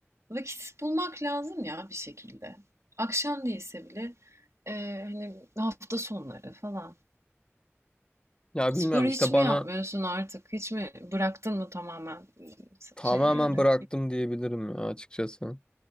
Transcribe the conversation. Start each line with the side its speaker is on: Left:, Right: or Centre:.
Right: Vakit bulmak lazım ya bir şekilde. Akşam değilse bile eee, hani hafta sonları falan.
Left: ya
Right: Sporu
Left: bilmiyorum
Right: hiç
Left: işte
Right: mi
Left: bana
Right: yapmıyorsun artık? Hiç mi bıraktın mı tamamen
Left: tamamen
Right: şeyleri?
Left: bıraktım diyebilirim ya açıkçası.